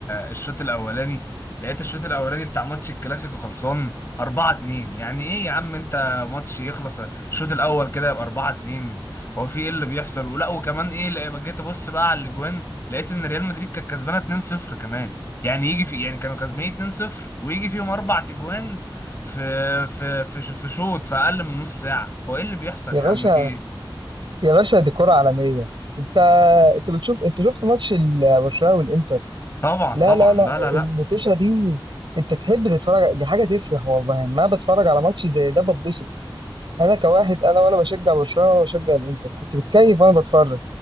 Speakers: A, on the left (about 30°); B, on the right (about 65°).
A: الشوط الاولاني لقيت الشوط الاولاني بتاع ماتش الكلاسيكو خلصان 4 2 يعني ايه يا عم انت ماتش يخلص الشوط الاول كده يبقى 4 2 هو في ايه اللي بيحصل ولا وكمان ايه لا- جيت ابص بقى على الاجوان لقيت ان ريال مدريد كانت كسبانه 2 0 كمان يعني يجي في يعني كانوا كسبانين 2 0 ويجي فيهم اربع اجوان في في في في شوط في اقل من نص ساعه هو ايه اللي بيحصل
B: يا
A: يا
B: باشا
A: عم في ايه
B: يا باشا دي كرة عالمية انت انت بتشوف انت شفت ماتش ال- برشلونة والانتر
A: طبعا
B: لا
A: طبعا
B: لا لا
A: لا لا لا
B: الموتوشة دي انت تحب تتفرج دي حاجة تفرح والله ما بتفرج على ماتش زي ده بتبسط انا كواحد انا ولا بشجع برشلونة ولا بشجع الانتر كنت بتكيف وانا بتفرج